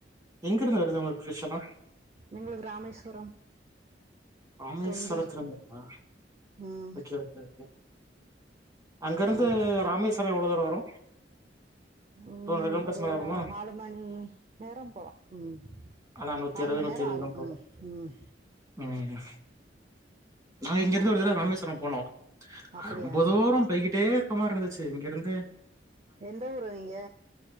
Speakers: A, on the right; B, on the right.
A: எங்க இருந்து வருது உங்களுக்கு ஃபிஷ் எல்லா
B: எங்களுக்கு ராமேஸ்வரம்
A: ராமேஸ்வரத்துல
B: தொண்டி
A: இருந்த
B: ம்
A: ஓகே ஓகே ஓகே அங்கிருந்து
B: அந்த ஸ்
A: ராமேஸ்வரம் எவ்வளோ தூரோ வரு
B: ம்
A: டூ ஹண்ட்ரட் கிலோமீட்டர்ஸ்
B: ஒரு
A: மேல வருமா
B: நாலு மணி நேரம் போலா ம்
A: அதா நூத்தி
B: நாலு
A: அறுவது
B: மண்
A: நூத்தி
B: நேரம்
A: எழுவது
B: ஆகு
A: கிலோமீட்டர் வரு
B: ம் ம்
A: ம் ம் நா இங்கருந்து
B: அங்க
A: ஒரு தரம்
B: இருந்து
A: ராமேஸ்வரம் போனோம்
B: அப்படியா
A: ரொம்ப தூரம் போயகிட்டே இருக்க மார் இருந்துச்சு இங்கருந்து
B: எந்த ஊரு நீங்க